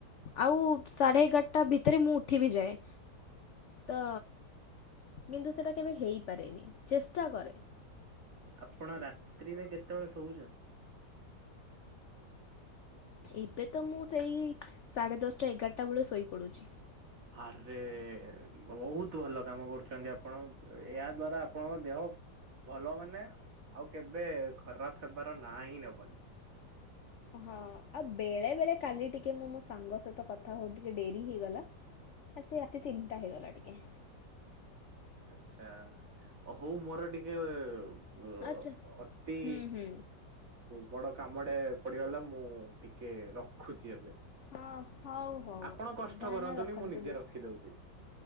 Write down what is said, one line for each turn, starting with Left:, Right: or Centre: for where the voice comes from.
Left: ଆଉ ସାଢ଼େ ଏଗାରଟା ଭିତରେ ମୁଁ ଉଠି ବିି ଯାଏ। ତ କିନ୍ତୁ ସେଇଟା କେବେ ହେଇପାରେନି ଚେଷ୍ଟା କରେ।
Right: ଆପଣ ରାତ୍ରିରେ କେତେବେଳେ ଶୋଉଛନ୍ତି।
Left: ଏବେ ତ ମୁଁ ସେଇ ସାଢ଼େ ଦଶଟା ଏଗାରଟା ବେଳେ ଶୋଇପଡ଼ୁଛି।
Right: ଆରେ ବହୁତ ଭଲ କାମ କରୁଛନ୍ତି ଆପଣ ଏହା ଦ୍ଵାରା ଆପଣଙ୍କ ଦେହ ଭଲ ମାନେ ଆଉ କେବେ ଖରାପ ହେବାର ନାଁ ହିଁ ନବନି।
Left: ହଁ ଆଉ ବେଳେ ବେଳେ କାଲି ଟିକେ ମୁଁ ମୋ ସାଙ୍ଗ ସହିତ କଥା ହଉ ଟିକେ ଡେରି ହେଇଗଲା ଆ ସେ ରାତି ତିନିଟା ହେଇଗଲା ଟିକେ
Right: ଆଛା ହଉ ମୋର ଟିକେ ଅ
Left: ଆଚ୍ଛା।
Right: ଅତି
Left: ହୁଁ ହୁଁ
Right: ବଡ କାମଡେ ପଡିଗଲା ମୁଁ ଟିକେ ରଖୁଛି ଏବେ
Left: ହଁ ହଉ ହଉ
Right: ଆପଣ କଷ୍ଟ
Left: ଧ୍ୟାନ
Right: କରନ୍ତୁନି
Left: ରଖନ୍ତୁ
Right: ମୁଁ ନିଜେ
Left: ନିଜ
Right: ରଖିଦଉଛି